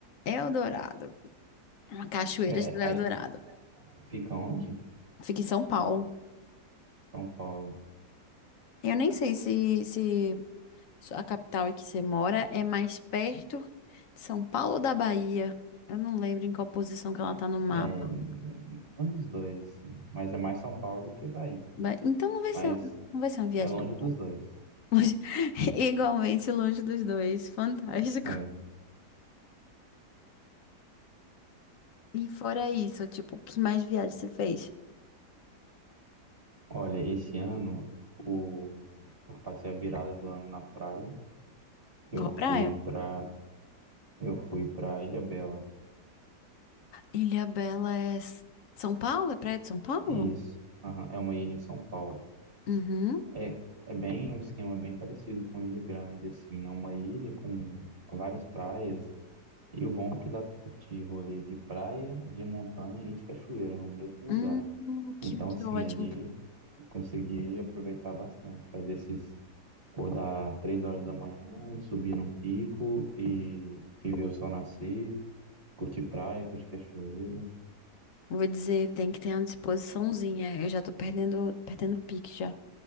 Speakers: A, on the left; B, on the right.
A: Eldorado. Cachoeiras
B: É,
A: do
B: aí-
A: Eldorado.
B: Fica onde?
A: Fica em São Paulo.
B: São Paulo.
A: Eu nem sei se, se A capital em que você mora é mais perto de São Paulo ou da Bahia? Eu não lembro em qual posição que ela tá no mapa.
B: É, nenhum dos dois, assim. Mas é mais São Paulo do que Bahia.
A: Ba- Então não vai
B: Mas
A: ser, um, não vai ser uma viagem
B: é longe
A: demorada.
B: dos dois.
A: Longe- <laughs> Igualmente longe dos dois. Fantástico.
B: É.
A: E fora isso, tipo, que mais viagem você fez?
B: Olha, esse ano o... eu passei a virada do ano na praia. Eu
A: Qual
B: fui
A: praia?
B: pra, eu fui pra Ilha Bela.
A: Ilhabela é S- São Paulo? É praia de São Paulo?
B: Isso. Aham, É uma ilha em São Paulo.
A: Uhum.
B: É, é bem um esquema bem parecido com Ilha Grande, assim. É uma ilha com várias praias. E o bom é que dá pra curtir rolê de praia, de montanha e de cachoeira no mesmo
A: Hum,
B: lugar.
A: que,
B: Então,
A: que
B: assim,
A: ótimo.
B: ali eu consegui aproveitar bastante, fazer esses acordar três horas da manhã, subir num pico e, e ver o sol nascer, curtir praia, curtir cachoeira.
A: Vou dizer, tem que ter uma disposiçãozinha. Eu já tô perdendo, perdendo pique já.